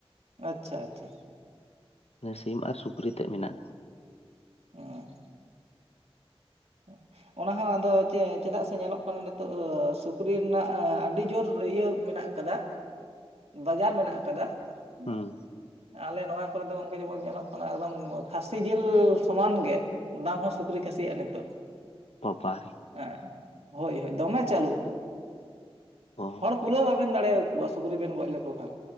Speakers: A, on the right; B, on the left.
A: ᱟᱪᱪᱷᱟ ᱟᱪᱪᱷᱟ
B: ᱥᱤᱢ ᱟᱨ ᱥᱩᱠᱨᱤ ᱛᱮᱜ ᱢᱮᱱᱟᱜ ᱠᱚᱣᱟ
A: ᱚᱸ <unintelligible> ᱚᱱᱟ ᱦᱚᱸ ᱟᱫᱚ ᱪᱮ ᱪᱮᱫᱟᱜ ᱥᱮ ᱧᱮᱞᱚᱜ ᱠᱟᱱᱟ ᱱᱤᱛᱚᱜ ᱥᱩᱠᱨᱤ ᱨᱮᱱᱟᱜ ᱟᱹᱰᱤ ᱡᱳᱨ ᱤᱭᱟᱹ ᱢᱮᱱᱟᱜ ᱠᱟᱫᱟ
B: <inaudible>
A: ᱵᱟᱡᱟᱨ ᱢᱮᱱᱟᱜ ᱟᱠᱟᱫᱟ, ᱦᱮ
B: ᱦᱩᱸ
A: ᱟᱞᱮ ᱱᱚᱣᱟ ᱠᱚᱨᱮ ᱫᱚ ᱜᱚᱝᱠᱮ ᱡᱮᱢᱚᱱ ᱧᱮᱞᱚᱜ ᱠᱟᱱᱟ, ᱮᱠᱫᱚᱢ ᱠᱷᱟᱹᱥᱤ ᱡᱤᱞ ᱥᱚᱢᱟᱱ ᱜᱮ ᱫᱟᱢ ᱦᱚᱸ ᱥᱩᱠᱨᱤ ᱠᱷᱟᱹᱥᱤᱜᱟᱜ ᱱᱤᱛᱚᱜ
B: ᱵᱟᱵᱟ ᱨᱮ
A: ᱮ ᱦᱳᱭ ᱦᱳᱭ ᱫᱚᱢᱮ ᱪᱟᱹᱞᱩ
B: ᱚ
A: ᱦᱚᱲ ᱠᱩᱞᱟᱹᱣ ᱵᱟᱵᱮᱱ ᱫᱟᱲᱮ ᱠᱩᱣᱟ ᱥᱩᱠᱨᱤ ᱵᱮᱱ ᱜᱚᱡ ᱞᱮᱠᱚ ᱠᱷᱟᱱ